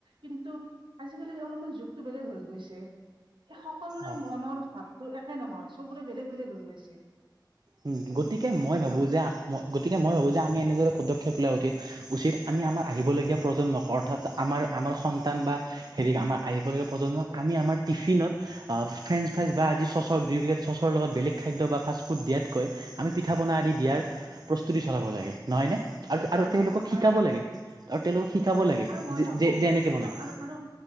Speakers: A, on the right; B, on the right.
A: কিন্তু আজিকালিৰ অলপমান যুগটো বেলেগ হৈ গৈছে। সেই সকলোৰে
B: অ
A: মনৰ ভাৱটো একে নহয়, চবৰে বেলেগ, বেলেগ হৈ গৈছে।
B: উম, গতিকে
A: নে
B: মই
A: কি
B: ভাবোঁ
A: কোৱা
B: যে আ মই গতিকে মই ভাবোঁ যে আমি এনেদৰে পদক্ষেপ লোৱা উতিত উচিত আমি আমাৰ আহিবলগীয়া প্ৰজন্ম অৰ্থাৎ আমাৰ আমাৰ সন্তান বা হেৰি আমাৰ আহিবলগীয়া প্ৰজন্মক আমি আমাৰ টিফিনত অ'ফ্ৰেন্ঞ্চ ফ্ৰাইজ বা আদি চচৰ দুই পেকেট চচৰ লগত বেলেগ খাদ্য বা ফাষ্টফুড দিয়াতকৈ
A: হয়
B: আমি পিঠা -পনা আদি দিয়াৰ
A: হয়
B: প্ৰস্তুতি চলাব লাগে। নহয় নে আৰু-আৰু
A: হয়
B: তেওঁলোকক
A: হয় হয়
B: শিকাব
A: হয়
B: লাগে, আৰু তেওঁলোকক শিকাব
A: হয়
B: লাগে
A: আৰু মই
B: জি
A: ভাবো
B: যে-যে এনেকে বনায়।
A: অ আৰু আৰু